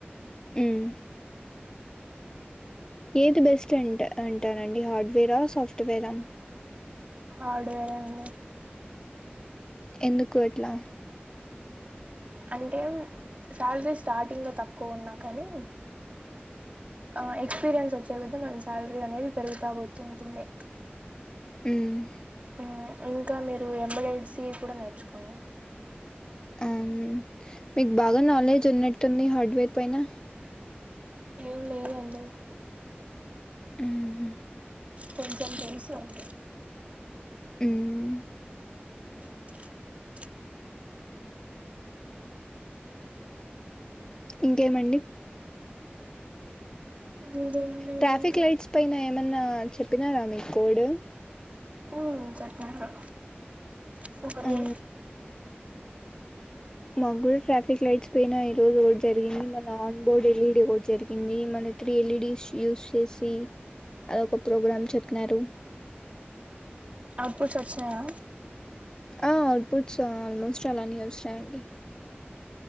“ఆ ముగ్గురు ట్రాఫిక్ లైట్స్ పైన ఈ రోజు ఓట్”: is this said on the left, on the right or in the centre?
Left